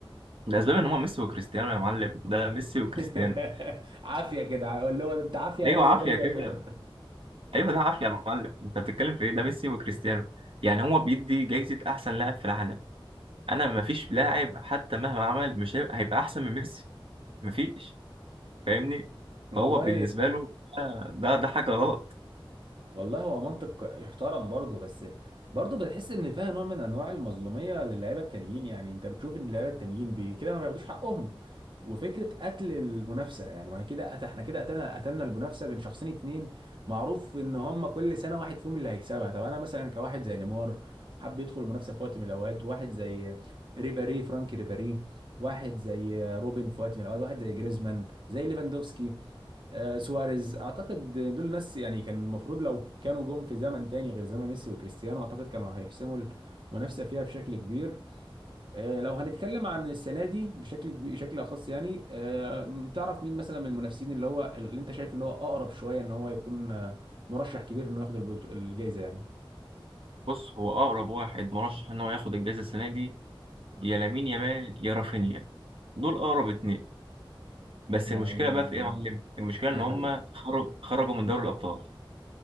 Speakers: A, on the right (about 75°); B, on the right (about 60°).
A: الاسباب ان هو ميسي وكريستيانو يا معلم ده ميسي
B: <laughs>
A: وكريستيانو
B: عافيه كده اللي هو ده- انت عافيه
A: ايوه
B: لازم
A: عافيه
B: ده اللي
A: كده
B: ياخدها
A: ايوه ده عافيه يا معلم انت بتتكلم في ايه ده ميسي وكريستيانو يعني هو بيدي جايزه احسن لاعب في العالم انا مفيش لاعب حتى مهما عمل مش هيبقى هيبقى احسن من ميسي مفيش فاهمني
B: <laughs>
A: فهو
B: والله
A: بالنسبه له ده ده ده حاجه غلط
B: والله هو منطق يحترم برضه بس برضه بتحس ان فيها نوع من انواع المظلوميه للاعيبه التانيين يعني انت بتشوف ان اللعيبه التانيين بي- كده ما بياخدوش حقهم وفكره قتل المنافسه يعني ما هي كده قت- احنا كده قتلنا قتلنا المنافسه بين شخصين اتنين معروف ان هم كل سنه واحد فيهم اللي هيكسبها طب انا مثلا كواحد زي نيمار حب يدخل المنافسه في وقت من الاوقات واحد زي ريبيري فرانكي ريبيري واحد زي روبن في وقت من الاوقات واحد زي جريزمان زي ليفاندوفسكي آه، سواريز اعتقد دول ناس يعني كان المفروض لو كانوا جم في زمن تاني غير زمن ميسي وكريستيانو اعتقد كانوا هيحسموا المنافسه فيها بشكل كبير آه، لو هنتكلم عن السنه دي بشكل كبير- بشكل اخص يعني آه، تعرف مين مثلا من المنافسين اللي هو اللي انت شايف ان هو اقرب شويه ان هو يكون آه، مرشح كبير انه ياخد البلط- الجائزه يعني
A: بص هو اقرب واحد مرشح ان هو ياخد الجائزه السنه دي يا لامين يامال يا رافينيا دول اقرب اتنين بس
B: يعني
A: المشكله بقى في ايه يا معلم المشكله ان
B: ايه يا
A: هم
B: حبيبي
A: خرج خرجوا من دوري الابطال